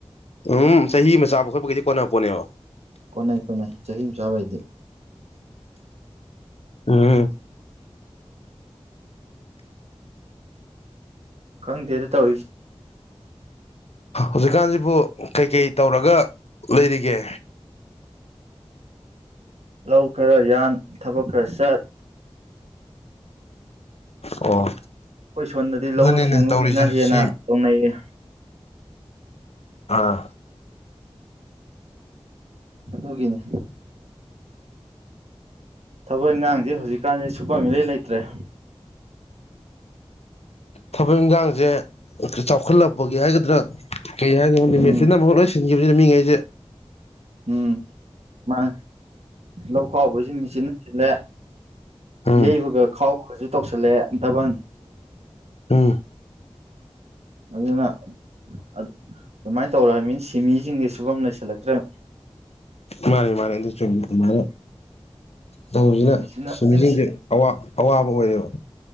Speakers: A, on the left (about 75°); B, on the right (about 80°).
A: ꯎꯝ ꯆꯍꯤ ꯑꯃ ꯆꯥꯕ ꯈꯣꯠꯄꯒꯩꯗꯤ ꯀꯣꯟꯅꯄꯣꯠꯅꯦꯕ
B: ꯀꯣꯟꯅꯩ ꯀꯣꯟꯅꯩ ꯆꯍꯤ ꯑꯃ ꯆꯥꯕꯩꯗꯤ
A: ꯎꯝ
B: ꯀꯪ ꯊꯗ ꯇ ꯍꯧ
A: ꯍꯧꯖꯤꯛꯀꯥꯟꯁꯤꯕꯨ ꯀꯩꯀꯩ ꯇꯧꯔꯒ ꯂꯩꯔꯤꯒꯦ
B: ꯂꯧ ꯈꯔ ꯌꯥꯟ ꯊꯕꯛ ꯈꯔ ꯆꯠ
A: ꯑꯣ
B: ꯑꯩꯈꯣꯏ ꯁꯣꯝꯗꯗꯤ ꯂꯧꯎ
A: ꯑꯗꯨꯅꯤꯅꯦ
B: ꯁꯤꯡꯎꯁꯤꯅ
A: ꯇꯧꯔꯤꯁꯦ
B: ꯍꯦꯟꯅ
A: ꯁꯤ
B: ꯇꯧꯅꯩꯌꯦ
A: ꯑꯥ
B: ꯑꯗꯨꯒꯤꯅꯦ ꯊꯕꯛ ꯏꯟꯈꯥꯡꯁꯦ ꯍꯧꯖꯤꯛꯀꯥꯟꯁꯦ ꯁꯨꯐꯝ ꯃꯤꯗꯩ ꯂꯩꯇ꯭ꯔꯦ
A: ꯊꯕꯛ ꯏꯟꯁꯥꯡꯁꯦ ꯆꯥꯎꯈꯠꯂꯛꯄꯒꯤ ꯍꯥꯏꯒꯗ꯭ꯔꯥ ꯀꯩ ꯍꯥꯏꯒꯅꯣꯅꯤ
B: ꯎꯝ
A: ꯃꯦꯆꯤꯟ ꯑꯃꯐꯛ ꯂꯣꯏꯁꯤꯟ ꯕꯁꯤꯅ ꯃꯤꯉꯩꯁꯦ
B: ꯎꯝ ꯃꯥ ꯂꯧꯈꯥꯎꯕ ꯅꯤꯁ ꯁꯤꯟꯅ ꯁꯤꯜꯂꯦ
A: ꯎꯝ
B: ꯌꯩꯕꯒ ꯈꯥꯎꯕꯒꯁꯨ ꯇꯧꯁꯤꯜꯂꯑꯦ ꯍꯟꯊꯕ
A: ꯍꯝ
B: ꯑꯗꯨꯅ ꯑ ꯑꯗꯨꯃꯥꯏꯅ ꯇꯧꯔ ꯃꯤꯅ ꯁꯤꯃꯤꯁꯤꯡꯁꯦ ꯁꯨꯐꯝꯝ ꯂꯩꯁꯤꯜꯂꯛꯇ꯭ꯔꯦꯕ
A: ꯃꯥꯅꯦ ꯃꯥꯅꯦ ꯃꯥꯅꯦ ꯇꯧꯕꯁꯤꯅ
B: ꯃꯦꯆꯤꯟꯅ
A: ꯁꯨꯃꯤꯁꯤꯡꯁꯦ
B: ꯂꯣꯏꯅ ꯁꯤꯜꯂꯦ
A: ꯑꯋꯥꯕ ꯑꯣꯏꯔꯦꯕ